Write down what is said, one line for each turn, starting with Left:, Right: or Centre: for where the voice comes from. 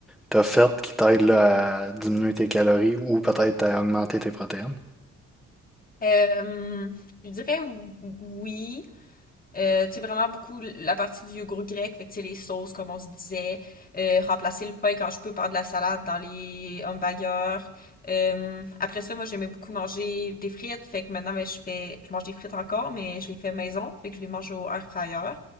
Centre: tu as fait qui t'aident là, à diminuer tes calories ou peut-être à augmenter tes protéines?
Left: Euh, je dirais oui, Euh, tu sais, vraiment beaucoup la partie du yogourt grec, fait que tu sais, les sauces, comme on se disait, euh, remplacer le pain quand je peux par de la salade dans les hamburgers. Euh, après ça, moi, j'aimais beaucoup manger des frites, fait que maintenant, ben, je fais, je mange des frites encore, mais je les fais maison, fait que je les mange au air fryer.